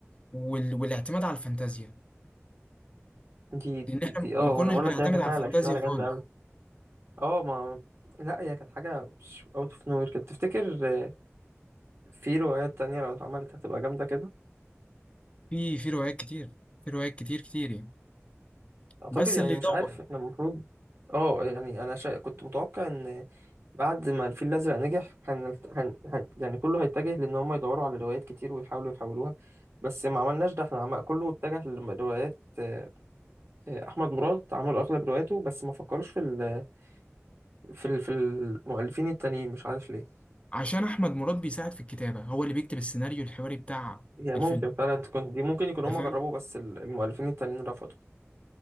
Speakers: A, on the left; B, on the right.
A: وال... والاعتماد على الفانتازيا
B: دي دي,
A: لان احنا
B: دي أه
A: ما كناش
B: أنا بقول
A: ايوه بنعتمد
B: لك هي كانت
A: على
B: نقلة
A: صح الفانتازيا
B: كانت نقلة
A: ايوه
B: جامدة
A: خالص
B: أوي أه ما لا هي كانت حاجة أوت أوف نوير كنت تفتكر آه، في روايات تانية لو اتعملت هتبقى جامدة كده
A: في في روايات كتير في روايات كتير كتير يعني
B: اعتقد
A: بس
B: يعني
A: اللي يدور
B: مش عارف احنا المفروض اه يعني انا شا... كنت متوقع ان بعد ما الفيل الازرق نجح هن... هن... هن... يعني كله هيتجه لان هم يدوروا على روايات كتير ويحاولوا يحولوها بس ما عملناش ده احنا عم... كله اتجه لروايات آه، آه، احمد مراد عملوا اغلب رواياته بس ما فكروش في ال... في ال... في المؤلفين التانيين مش عارف ليه
A: عشان احمد مراد بيساعد في الكتابة هو اللي بيكتب السيناريو الحواري بتاع
B: هي
A: الفيلم
B: ممكن فعلا تكون دي ممكن يكونوا
A: ده
B: هم
A: فاهم
B: جربوا بس ال- المؤلفين التانيين رفضوا